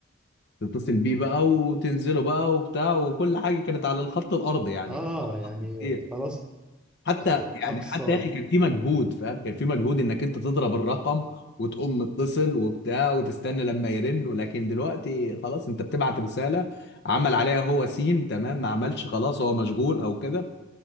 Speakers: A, on the left (about 55°); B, in the centre.
A: تتصل بيه بقى وتنزله بقى وبتاع وكل حاجه كانت على الخط الارضي يعني
B: اه يعني
A: كتير
B: خلاص
A: حتى
B: آه، اقصى
A: يعني حتى يا اخي كان في مجهود فاهم كان في مجهود انك انت تضرب الرقم وتقوم متصل وبتاع وتستنى لما يرن ولكن دلوقتي خلاص انت بتبعت رسالة عمل عليها هو سين تمام ما عملش خلاص هو مشغول او كده